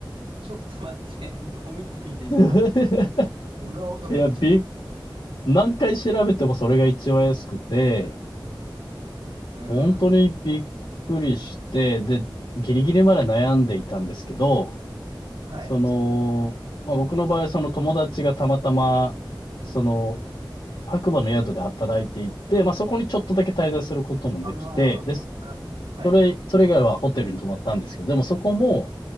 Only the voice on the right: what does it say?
ちょっと待って、<laughs> ドミトリーでにま万、
それは驚きだ。
うん、
はい。
あ
あ、な、はい。